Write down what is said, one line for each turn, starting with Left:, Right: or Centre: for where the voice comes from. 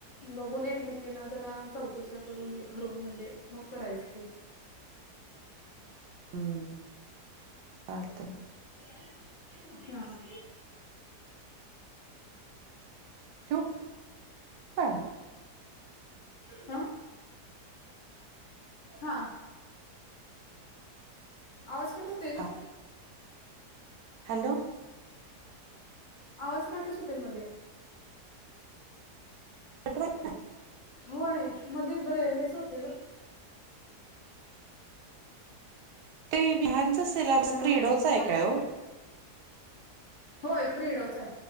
Left: बघून एकमेकीना जरा चौकश्या करून हे करून म्हणजे मग करायच ते.
Right: हम्म चालतंय
Left: हा.
Right: ठेऊ काय मग?
Left: हा हा. आवाज कट होतंय गं.
Right: हा हॅलो.
Left: आवाज कटच होतंय मध्ये.
Right: <unintelligible>
Left: होय मध्ये बरे हेच होते ग
Right: ते विहानचा सिलॅबस
Left: हॅलो.
Right: क्रीडोचा आहे काय ओ
Left: होय क्रीडोच हाय.